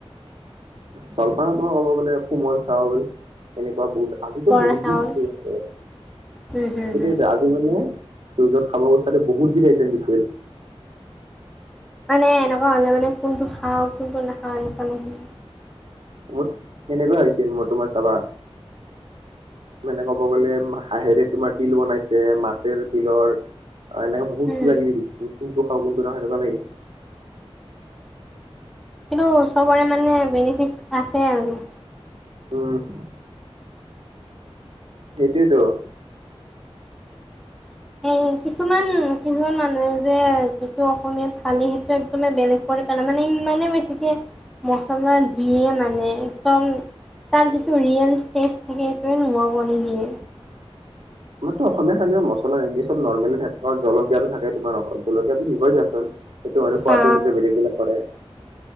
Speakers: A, on the right (about 60°); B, in the centre.
A: জলপান তোমাৰ ক'ব গ'লে কোমল চাউল এনেকুৱা বহুত আজিতো
B: বৰা
A: বহুত
B: চাউল
A: বিধ আছে সেইটোয়েটো
B: হুম হুম হুম
A: আজি মানে জো যত খাব গৈছা টো বহুত বিধ আইটেম দিছিল।
B: মানে এনেকুৱা হ'লে মানে কোনটো খাওঁ কোনটো নাখাওঁ এনেকুৱা লাগে।
A: মোৰ কেনেকুৱা হৈছিল মই তোমাৰ চাবা মানে ক'ব গলে হাঁহেৰে তোমাৰ তিল বনাইছে, মাছেৰে তিলৰ অ এনেকে বহুত
B: উম,
A: কিবাকিবি দিছিল। কোনটো খাওঁ কোনটো নাখাওঁ সেনেকুৱা লাগে।
B: কিন্তু চবৰে মানে বেনিফিট আছে। অছে আৰু।
A: উম। সেইটোৱেটো।
B: এ কিছুমান কিছুমান মানুহে যে যিটো অসমীয়াত থালি সেইটো একদমে বেলেগ পেলাই মানে ইমানে বেছিকে মচলা
A: উম
B: দিয়ে মানে। একদম তাৰ যিটো ৰিয়েল টেষ্ট থাকে, সেইটোৱে নোহোৱা কৰি দিয়ে।
A: আমাৰতো অসমীয়া খাদ্যত মছলা নিদিয়ে চব নৰ্মেলে থাকে জলকীয়াটো থাকে অকল জলকীয়া টো দিবই দিয়া চোন, সেইটো মানে সোৱাতো
B: আ
A: অনুযায়ী বেলেগ, বেলেগ কৰে।